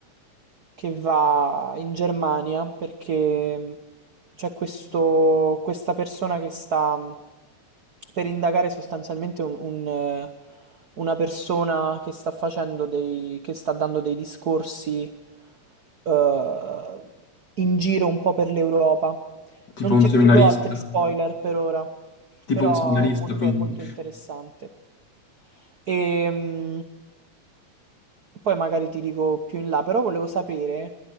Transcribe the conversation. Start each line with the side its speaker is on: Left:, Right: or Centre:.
Right: che va in Germania perché mh, c'è questo, questa persona che sta mh, per indagare sostanzialmente un- un, eh, una persona che sta facendo dei, che sta dando dei discorsi eh, in giro un po' per l'Europa.
Left: Tipo
Right: Non
Left: un
Right: ti
Left: seminarista,
Right: do altri spoiler per ora,
Left: tipo
Right: però
Left: un seminarista
Right: è molto,
Left: quindi.
Right: è molto interessante. E, mm, poi magari ti dico più in là, però volevo sapere,